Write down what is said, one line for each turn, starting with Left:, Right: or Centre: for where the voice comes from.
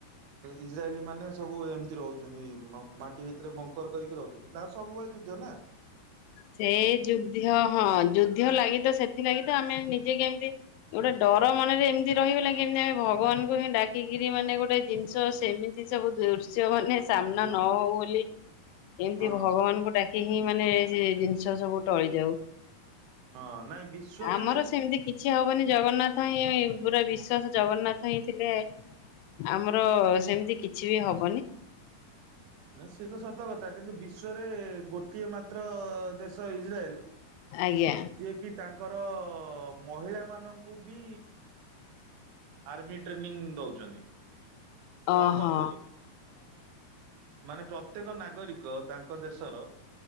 Right: ଇ୍ର ମାନେ ସବୁ ଏମିତି ରହୁଛି <unintelligible> ଭିତରେ ମଙ୍କର କରିକି ରହୁଛନ୍ତି ସବୁବେଳେ ଯଦି ଜନା
Left: ସେଇ ଯୁଦ୍ଧ ହଁ ଯୁଦ୍ଧ ଲାଗି ତ ସେଥିଲାଗି ତ ଆମେ ନିଜେ କେମତି ଗୋଟେ ଡର ମନରେ ଏମିତି ରହଗଲା କେମିତି ଆମେ ଭଗବାନ ଡାକିରି ମାନେ ଗୋଟେ ଜିଷ ଅଛି ସେମିତି ସବୁ ଦୃଶ୍ୟ ମାନେ ସାମ୍ନା
Right: ହଁ
Left: ନ ହଉ ବୋଲି କେମିତି
Right: ହଁ
Left: ଭଗବାନଙ୍କୁ ଡାକିକି ମାନେ ଏ ସେ ଜିନିଷ ସବୁ ଟଳି ଯାଉ।
Right: ହଁ ନାଇଁ ବିଶ୍ଵରେ
Left: ଆମର ସେମିତି କିଛି ହବନି ଜଗନ୍ନାଥ ହିଁ ପୁରା ବିଶ୍ଵାସ ଜଗନ୍ନାଥ ହିଁ ଥିଲେ ଆମର ସେମିତି କିଛି ବି ହବ
Right: ନ ସେତ ସତ କଥା କିନ୍ତୁ ବିଶ୍ୱରେ ଗୋଟିଏ ମାତ୍ର ଦେଶ ତ ଇସ୍ରାଏଲ
Left: ଆଜ୍ଞା।
Right: ଯିଏ କିି ତାଙ୍କର ମହିଳା ମାନଙ୍କୁ ବି ଆର୍ମି ଟ୍ରେନିଂ ଦଉଛନ୍ତି।
Left: ଓ
Right: କମ୍ପଲସରୀ
Left: ହୋ
Right: ମାନେ ପ୍ରତ୍ୟେକ ନାଗରିକ ତାଙ୍କ ଦେଶର